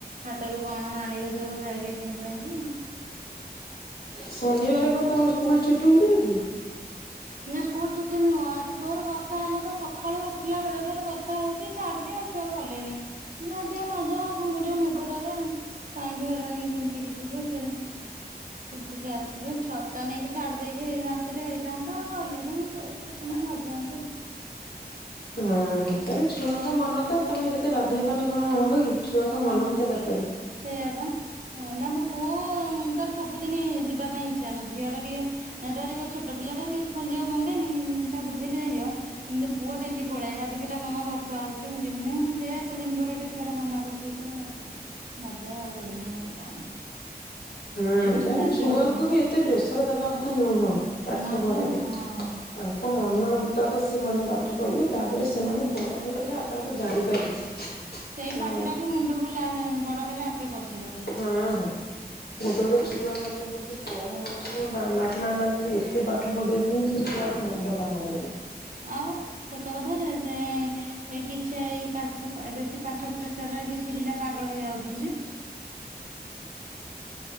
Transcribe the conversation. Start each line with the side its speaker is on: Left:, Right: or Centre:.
Right: ହାଟରୁ କଣ ଆଣିବେ ସବୁ ଖାଇବେ କିଣି କୁଣାକି ଆଉ।
Left: ଶନିବାର କଣ ତୋମର ସ୍କୁଲ୍ ଛୁଟି ହଉଥିଲା କି?
Right: ନା ସ୍କୁଲ୍ ଛୁଟି ନୁହଁ, ଆଜି ଜୋର ବର୍ଷା ହେଲା, ତ ସକାଳୁ ଉଠିଲା ବେଳଠାରୁ ବର୍ଷା ହଉଚି ଛାଡୁନି ଆଉ ଛୁ ଛୁଆ ଗଲେନି। ନ ଦିଅ, ନ ଯାଅ, ଆଉ କଣ କରିବ, ମେଘଟାରେ। କାହିଁକି ହଇରାଣ ହେଇକି ତିନ୍ତିକି ଯିବେ ଫେରେ ତିନ୍ତିକିି ଆସିବେ। ଛତା ନେଇକି ଛାଡ଼ି ଦେଇକି ଆସିଥିଲେ, ହେଇଥାନ୍ତା। ଗଲେନି ହଁ ସେ ଗୋଟ ଦିନ ନଯାଆନ୍ତେ।
Left: ହୁଁ ତାରେ ଛୁଆଙ୍କ ମନ ତ, ତୋମେ ଯେତେ ବାଧ୍ୟ କନେ କଣ ହବ କି? ଛୁଆଙ୍କ ମନ
Right: ହଁ,
Left: ହେଇଥିବା
Right: ସେଇଆ
Left: ଦରକାର।
Right: ଵା। ହଁ ନା, ମୋ ପୁଅ ତାର ସବୁଦିନି ଯିବା ପାଇଁ ଇଚ୍ଛା। ମୋ ଝିଅ ଟା ଟିକେ ଏଁ ଡରିବ, ଛୋଟ ପିଲା ଟା ଟିକେ ସ୍କୁଲ୍ ଯିବା ମଙ୍ଗେନି। କିନ୍ ତା ବୁଝେଇଲେ ଯାଇ ଯିବ। କିନ୍ତୁ ପୁଅ ଡେଲି ପଳାଏ। ଆଜି ପିଲା ମାମା ବର୍ଷା ହଉଛି, ମୁଁ ଯମିନି। ମୁଁ ଦେ ଏତେ ଦିନ ପରେ ଛୁଆ ଟା ମନା କରୁଚି ସେଇଥି ପାଇଁ ଆଗୁଆ ନଜା ଆଉ ଗୋଟେ ଦିନରେ କଣ ଆଜି
Left: ହୁଁ
Right: ବି
Left: ତାର
Right: ସୁଧା
Left: ଛୁଆଙ୍କୁ
Right: ଯୋଉ
Left: ବି ଏତେ ପ୍ରେସର ଦବା କଥା ନୁହଁ ପାଠ
Right: ନା
Left: ପଢାରେ
Right: ବା ହଁ
Left: ତାଙ୍କ ମନ ମୁତାକ ସିମାନେ ପାଠ ପଢ଼ିବେ ତାପରେ ସେମାନେ ବଡ଼ ହେଇଗଲେ ଆପା ଆପେ ଜାଣିପାରିବେ।
Right: ସେଇ
Left: ହଁ
Right: ପାଠଟା ବି ମୁଣ୍ଡକୁ ଲା ବଡ ହେଲେ ଆପେ ପଶିବ।
Left: ଉଁ ହୁଁ। ଗୋଟେ ଗୋଟେ ଛୁଆ ମାନେ ବହୁତ କମ ବୟସ ବାପା ମାନେ ଏତେ ପା ପାଠ ପଢ଼ି ଆସଛନ୍ତି ସେ ଛୁଆର ମୁଣ୍ଡ କାମ କରୁନି।
Right: ଆଉ ସତ କଥା ଯେ ସେ ଏ କିଛି ଏଇ ପାଖ ବେଶୀ ପାଠ ପ୍ରେସର କିଛି ପିଲା ପାଗଳ ହେଇ ଯାଉଛନ୍ତି।